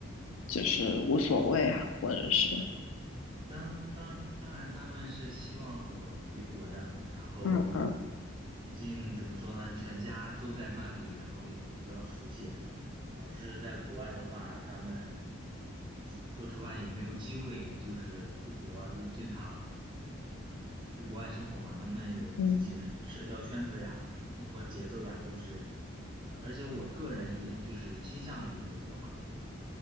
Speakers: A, on the left (about 80°); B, on the right (about 25°).
A: 就是无所谓啊，
B: 啊，
A: 或者是
B: 对，当当当然他们是希望我回国的，然后，
A: 嗯嗯
B: 嗯，毕竟怎么说呢，全家都在那里，然后也比较熟悉。你要是在国外的话，他们，嗯一说实话也没有机会，就是出国，就是经常。嗯，去国外生活嘛，他们有自己的什么社交圈子呀、
A: 嗯，
B: 生活节奏呀，都是比较。而且我个人也就是倾向于回国嘛。